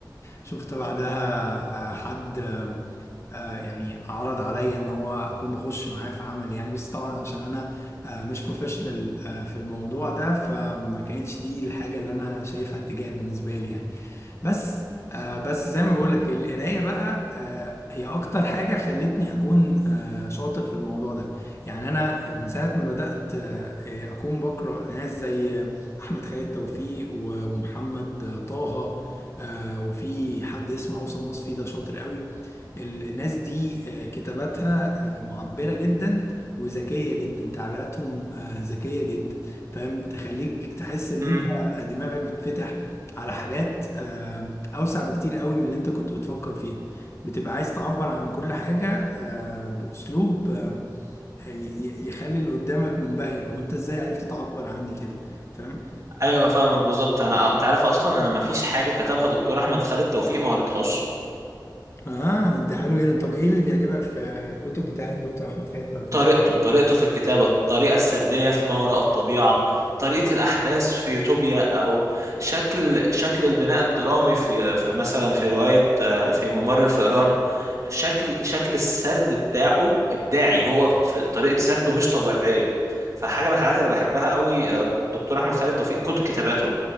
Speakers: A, on the left; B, on the right.
A: وشفت بعدها آه، حد آه، يعني عرض عليا ان هو اكون بخش معاه في عمل يعني بس طبعا عشان انا آه، مش بروفيشنال في الموضوع ده فما كانتش دي الحاجه اللي انا شايفها اتجاه بالنسبه لي يعني بس آه، بس زي ما بقول لك القرايه بقى آه، هي اكتر حاجه خلتني اكون آه، شاطر في الموضوع ده يعني انا آه، من ساعه ما بدات آه، اكون بقرا ناس زي احمد خالد توفيق و- ومحمد طه آه، وفي حد اسمه اوسم وصفي ده شاطر قوي ال- الناس دي آه، كتاباتها آه، معبرة جدا وذكية جدا تعبيراتهم آه، ذكية جدا فاهم تخليك تحس ان
B: امم
A: انت دماغك بتفتح على حاجات آه، اوسع بكتير قوي من اللي انت كنت بتفكر فيها بتبقى عايز تعبر عن كل حاجة آه، بأسلوب آه، ي- ي- يخلي اللي قدامك منبهر هو انت ازاي عرفت تعبر عني كده فاهم
B: ايوه فاهمك بالظبط انا انت عارف اصلا انا ما فيش حاجه كتبها دكتور احمد خالد توفيق ما قريتهاش
A: اه ده حلو جدا طب ايه اللي بيعجبك في الكتب بتاعت الدكتور احمد خالد توفيق
B: طريقته طريقته في الكتابة الطريقة السردية في ما وراء الطبيعة طريقة الأحداث في يوتوبيا أو شكل شكل البناء الدرامي في في مثلا في رواية آه، في ممر الفئران شكل شكل السرد بتاعه إبداعي هو في طريقة سرده مش طبيعية فحاجة من الحاجات اللي بحبها قوي آه، دكتور أحمد خالد توفيق كتب كتاباته